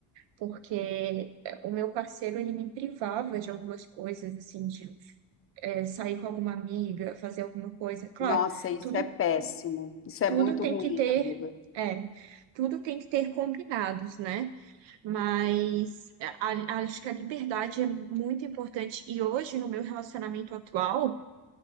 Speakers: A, on the right; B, on the left.
A: porque é, o meu parceiro, ele me privava de algumas coisas, assim, de é, sair com alguma amiga, fazer alguma coisa. Claro.
B: Nossa, isso
A: Tudo
B: é péssimo. Isso é
A: tudo
B: muito
A: tem
B: ruim,
A: que ter,
B: amiga.
A: é, tudo tem que ter combinados, né? Mas é, a- a- acho que a liberdade é muito importante. E hoje, no meu relacionamento atual,